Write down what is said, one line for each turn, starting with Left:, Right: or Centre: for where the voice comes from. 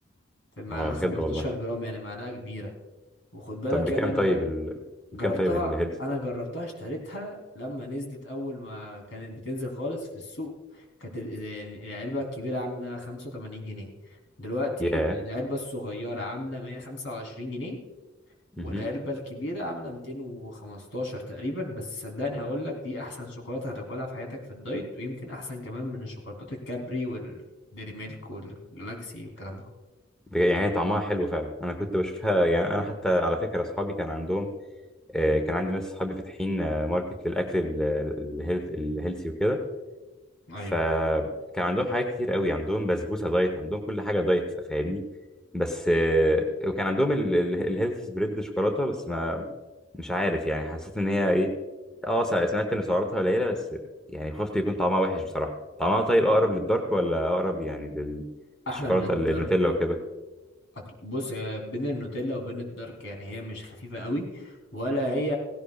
Left: في المعلقه
Centre: هو
Left: 15
Centre: بجد والله
Left: جرام يعني معلقه كبيره وخد بالك
Centre: طب بكام
Left: يعني انا
Centre: طيب ال...
Left: جربتها
Centre: بكام طيب الهيلث
Left: انا جربتها اشتريتها لما نزلت اول ما كانت بتنزل خالص في السوق كانت ال- يعني العلبه الكبيره عامله 85 جنيه دلوقتي
Centre: يا
Left: العلبه الصغيره عامله 125 جنيه
Centre: مهم.
Left: والعلبه الكبيره عامله 215 تقريبا بس صدقني هقول لك دي احسن شوكولاته هتاكلها في حياتك في الدايت ويمكن احسن كمان من الشوكولاتات الكابري والديري ميلك والجلاكسي والكلام ده
Centre: بج- يعني هي طعمها حلو فعلا انا كنت بشوفها يعني انا حتى على فكره اصحابي كان عندهم آه، كان عندي ناس اصحابي فاتحين آه، ماركت للاكل ال- ال- الهيلث الهيلثي وكده
Left: ايوه
Centre: فكان عندهم حاجات كتير قوي عندهم بسبوسه دايت عندهم كل حاجه دايت فا- فاهمني بس آه، وكان عندهم الهيلثي سبريد شوكولاته بس ما مش عارف يعني حسيت ان هي ايه اه سع- سمعت ان سعراتها قليله بس يعني خفت يكون طعمها وحش بصراحه طعمها طيب اقرب للدارك ولا اقرب يعني
Left: احلى
Centre: للشوكولاته
Left: من الدارك
Centre: النوتيلا وكده
Left: أت- بص هي بين النوتيلا وبين الدارك يعني هي مش خفيفة قوي ولا هي